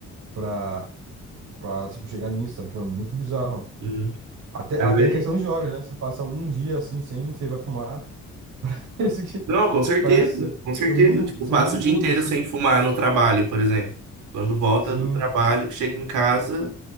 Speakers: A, on the right; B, on the right.
A: pra, pra, tipo, chegar nisso, sabe? Tipo, É muito bizarro.
B: Hum.
A: Até,
B: Mas
A: até
B: ele-
A: em questão de horas, né? Você passa um dia assim sem, você vai fumar. <laughs> Isso que
B: Não, com certeza,
A: parece que seu,
B: com certeza.
A: seu mundo,
B: Tipo,
A: seu
B: passa
A: mundo
B: o
A: muda,
B: dia inteiro
A: assim.
B: sem fumar no trabalho, por exemplo. Quando volta
A: Sim.
B: do trabalho, chega em casa,